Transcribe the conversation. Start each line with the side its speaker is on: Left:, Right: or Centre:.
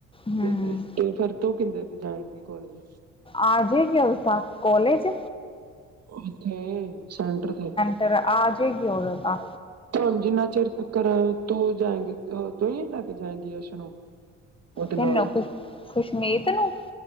Left: ਹੂੰ
Right: ਤੇ, ਤੇ ਫਿਰ ਤੂੰ ਕਿੰਦੇ ਜਾਏਗੀ ਕਾਲਜ।
Left: ਆ ਜੇਗੀ ਉੰਝ ਤਾ ਕੋਲੇਜ।
Right: ਉਥੇ ਸੈਂਟਰ ਤੇ।
Left: ਤੇ ਆ ਜੇਗੀ ਉਦੋ ਤਾਂ
Right: ਤੁ ਜਿੰਨਾ ਚਿਰ ਤਕਰ ਤੂੰ ਜਾਏਗੀ ਤੂੰ ਹੀ ਲੈ ਕੇ ਜਾਏਗੀ ਅਰਸ਼ ਨੂੰ। ਉਹਦੇ ਨਾਲ
Left: ਤੈਨੂੰ ਕੁ ਖੁਸ਼ਮੀਤ ਨੂੰ,